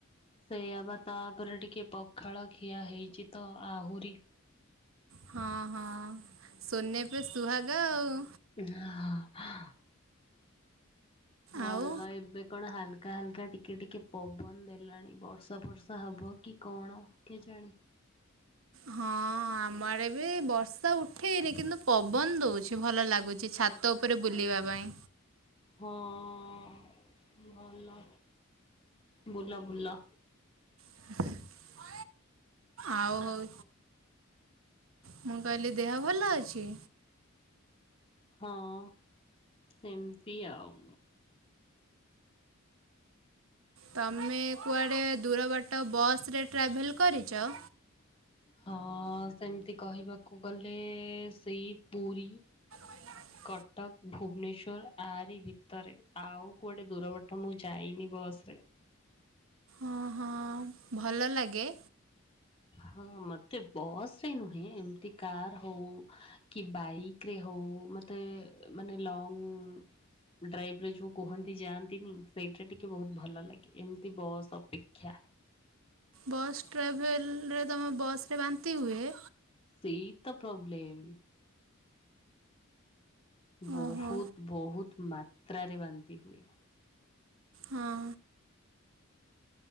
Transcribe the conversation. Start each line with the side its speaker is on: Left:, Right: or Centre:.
Left: ସେଇଆ ବା ତାପରେ ଟିକେ ପଖାଳ ଖିଆ ହେଇଛି ତ, ଆହୁରି
Right: ହଁ ହଁ, ସୋନେ ପେ ସୁହାଗା ଆଉ।
Left: <unintelligible> ମଲା
Right: ଆଉ
Left: ଏବେ କଣ ହାଲକା ହାଲକା ଟିକେ ଟିକେ ପବନ ଦେଲାଣି। ବର୍ଷା ବର୍ଷା ହେବ କି କଣ କେ ଜାଣି।
Right: ହଁ ଆମ ଆଡେ ବି ବର୍ଷା ଉଠେଇନି କିନ୍ତୁ ପବନ ଦଉଛି ଭଲ ଲାଗୁଚି ଛା ତ ଉପରେ ବୁଲିବା ପାଇଁ।
Left: ହଁ ଭଲ। ବୁଲ ବୁଲ।
Right: <inaudible> ଆଉ ହଉ, ମୁଁ କହିଲି ଦେହ ଭଲ ଅଛି?
Left: ହଁ ସେମତି ଆଉ।
Right: ତୁମେ କୁଆଡ଼େ ଦୂର ବାଟ ବସ୍ ରେ ଟ୍ରାଭେଲ୍ କରିଚ?
Left: ହଁ, ସେମିତି କହିବାକୁ ଗଲେ ସେଇ ପୁରୀ
Right: <inaudible>
Left: କଟକ, ଭୁବନେଶ୍ୱର ଆରି ଭିତରେ। ଆଉ କୁଆଡ଼େ ଦୂର ବାଟ ମୁଁ ଯାଇନି ବସ୍ ରେ।
Right: ଅ ହଁ। ଭଲ ଲାଗେ?
Left: ହଁ ମତେ ବସ୍ ରେ ନୁହେଁ, ଏମିତି କାର ହଉ କି ବାଇକ୍ ରେ ହଉ ମତେ ମାନେ ଲଙ୍ଗ ଡ୍ରାଇଭ୍ ଉପରେ ଯୋଉ କୁହନ୍ତି ଯାଆନ୍ତିନି, ସେଇଥିରେ ଟିକେ ବହୁତ ଭଲ ଲାଗେ। ଏମିତି ବସ୍ ଅପେକ୍ଷା।
Right: ବସ୍ ଟ୍ରାଭେଲରେ ତମ ବସରେ ବାନ୍ତି ହୁଏ।
Left: ସେଇତ ପ୍ରୋବ୍ଲେମ୍। ବହୁତ
Right: ଓହୋ
Left: ବହୁତ ମାତ୍ରାରେ ବାନ୍ତି ହୁଏ।
Right: ହଁ।